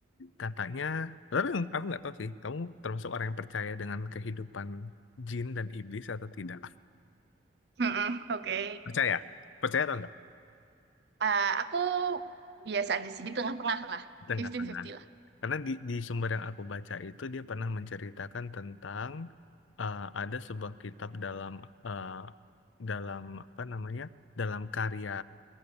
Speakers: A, on the left (about 85°); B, on the right (about 60°).
A: katanya tapi aku nggak tahu sih kamu termasuk orang yang percaya dengan kehidupan jin dan iblis atau tidak
B: Mm-mm. Oke.
A: percaya percaya atau enggak
B: Eh, aku biasa aja sih di tengah-tengah lah,
A: tengah-tengah
B: 50-50 lah.
A: karena di, di sumber yang aku baca itu dia pernah menceritakan tentang eh, ada sebuah kitab dalam eh, dalam apa namanya dalam karya